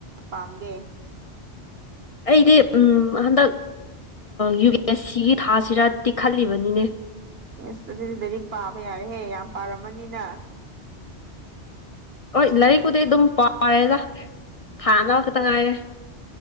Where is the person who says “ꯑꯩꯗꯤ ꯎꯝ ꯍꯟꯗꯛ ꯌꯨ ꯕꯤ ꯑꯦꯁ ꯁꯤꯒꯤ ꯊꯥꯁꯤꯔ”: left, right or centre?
Left